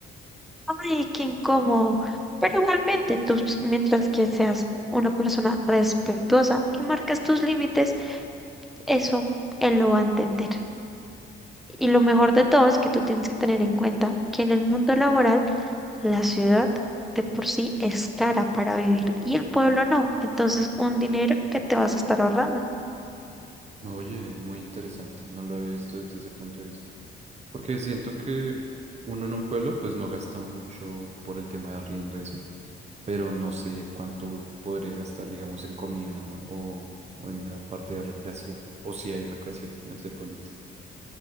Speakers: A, in the centre; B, on the right (about 35°).
A: Ay, qué incómodo. Pero igualmente, tú, s- mientras que seas una persona respetuosa y marcas tus límites, eso él lo va a entender. Y lo mejor de todo es que tú tienes que tener en cuenta que en el mundo laboral, la ciudad de por sí es cara para vivir y el pueblo no. Entonces, un dinero que te vas a estar ahorrando.
B: No, Oye, muy interesante, no lo había visto desde ese punto de vista. Porque siento que uno en un pueblo pues no gasta mucho por el tema de arriendo y eso, pero no sé cuánto podría gastar, digamos, en comida o, o en la parte de recreación, o si hay recreación en ese pueblito.